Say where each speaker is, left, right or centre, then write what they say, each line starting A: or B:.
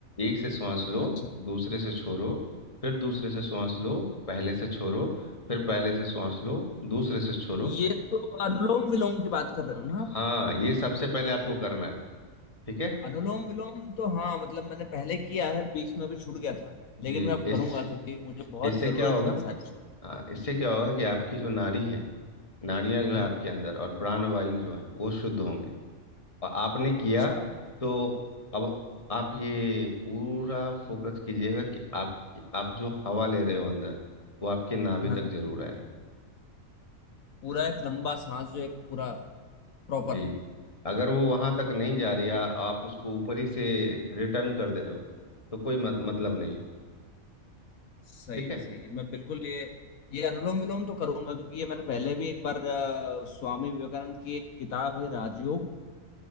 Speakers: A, on the left; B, on the left.
A: एक से श्वास लो
B: अच्छा
A: दूसरे से छोड़ो फिर दूसरे से श्वास लो पहले से छोड़ो फिर पहले से श्वास लो दूसरे से छोड़ो
B: ये तो अनुलोम विलोम की बात कर रहे हो ना
A: हाँ ये सबसे पहले आपको करना है ठीक है
B: अनुलोम विलोम तो हाँ मतलब मैंने पहले किया है बीच में अभी छूट गया था
A: जी
B: लेकिन मैं अब
A: इस
B: करूंगा क्योंकि मुझे बहुत
A: इससे
B: जरूरत
A: क्या होगा
B: है इन सारी चीजों
A: हाँ इससे क्या होगा कि आपकी जो नाड़ी है नाड़ियां
B: की।
A: जो है
B: हम्म
A: आपके अंदर और प्राण वायु जो है वो शुद्ध होंगे आ- आपने किया
B: अच्छा
A: तो अब आप ये पूरा फोकस कीजिएगा कि आप आप जो हवा ले रहे हो अंदर वो आपके नाभि
B: हाँ
A: तक
B: हाँ
A: जरूर आए
B: पूरा एक लंबा सांस जो एक पूरा प्रॉपर
A: जी अगर वो वहां तक नहीं जा रही है आप उसको ऊपर ही से रिटर्न कर दे रहे हो तो कोई मत, मतलब नहीं
B: सही
A: ठीक है
B: सही मैं बिल्कुल ये ये अनुलोम विलोम तो करूंगा क्योंकि ये मैंने पहले भी एक बार अ, स्वामी विवेकानंद की एक किताब है राजयोग